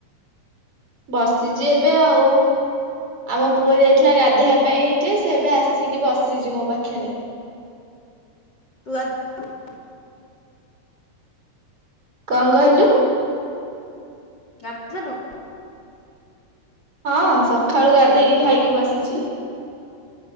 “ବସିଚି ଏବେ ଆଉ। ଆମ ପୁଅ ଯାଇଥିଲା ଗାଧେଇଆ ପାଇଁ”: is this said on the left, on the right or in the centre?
Right